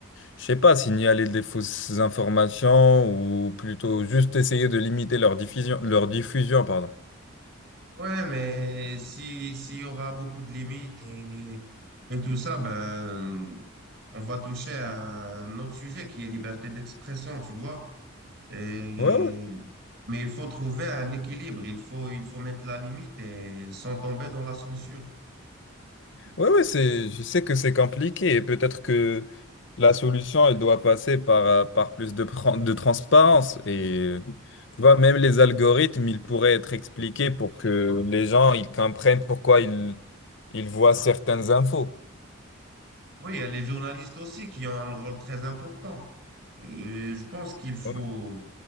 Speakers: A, on the left; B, on the right.
A: je sais pas, signaler des fausses informations ou plutôt juste essayer de limiter leur diffusion, leur diffusion, pardon.
B: Ouais, mais si, s'il y aura beaucoup de limites et, et tout ça, ben, on va toucher à un autre sujet qui est liberté d'expression, tu vois. Et,
A: Ouais, ouais,
B: mais il faut trouver un équilibre. Il faut, il faut mettre la limite et sans tomber dans la censure.
A: Ouais, ouais, c'est, je sais que c'est compliqué et peut-être que la solution, elle doit passer par, euh, par plus de, pran- de transparence. Et euh, tu vois, même les algorithmes, ils pourraient être expliqués pour que les gens, ils comprennent pourquoi ils, ils voient certaines infos.
B: Oui, il y a les journalistes aussi qui ont un rôle très important. Et je pense qu'il faut,
A: Ouais.